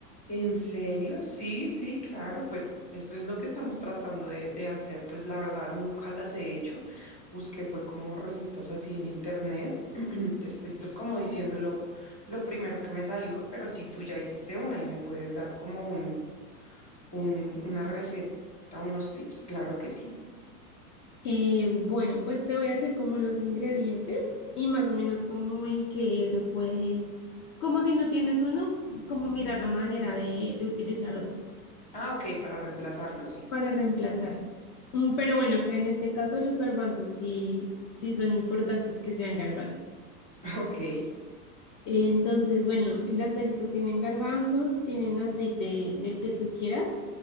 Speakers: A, on the left; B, on the left.
A: ¿En serio? Sí, sí, claro, pues eso es lo que estamos tratando de, de hacer. Pues la verdad, nunca las he hecho. Busqué fue como recetas así en internet. <clears throat> Te estoy pues como diciendo lo, lo primero que me salió, pero si tú ya hiciste una y me puedes dar como un, un, una receta, unos tips, claro que sí.
B: Eh, bueno, pues te voy a decir como los ingredientes y más o menos como en que lo puedes, como si no tienes uno, como mirar la manera de, de utilizar otro
A: Ah, ok, para reemplazarlo, sí.
B: para reemplazarlo. Mm, Pero bueno, acá en este caso los garbanzos sí, sí son importantes que sean garbanzos.
A: <laughs> Ok,
B: Entonces, bueno, las galletas tienen garbanzos, tienen aceite del que tú quieras.